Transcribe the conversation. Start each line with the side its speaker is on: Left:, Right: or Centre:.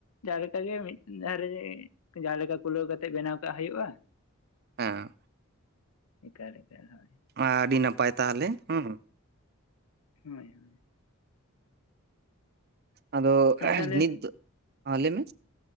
Left: ᱡᱟᱦᱟᱸ ᱞᱮᱠᱟ ᱜᱮ ᱢᱤᱫ ᱫᱷᱟᱨᱮ ᱨᱮ ᱡᱟᱦᱟᱸ ᱞᱮᱠᱟ ᱠᱩᱞᱟᱹᱣ ᱠᱟᱛᱮᱜ ᱵᱮᱱᱟᱣ ᱠᱟᱜ ᱦᱩᱭᱩᱜᱼᱟ᱾
Right: ᱦᱮᱸ᱾
Left: ᱮᱠᱟᱞ ᱮᱠᱟᱞ ᱦᱳᱭ᱾
Right: ᱟᱻᱰᱤ ᱱᱟᱯᱟᱭ ᱛᱟᱦᱚᱞᱮ ᱦᱩᱸ᱾
Left: ᱦᱳᱭ ᱦᱳᱭ᱾
Right: ᱟᱫᱚ
Left: ᱟᱨ ᱛᱟᱦᱚᱞᱮ
Right: ᱱᱤᱛ ᱫᱚ, ᱦᱟᱸ ᱞᱮᱭ ᱢᱮ᱾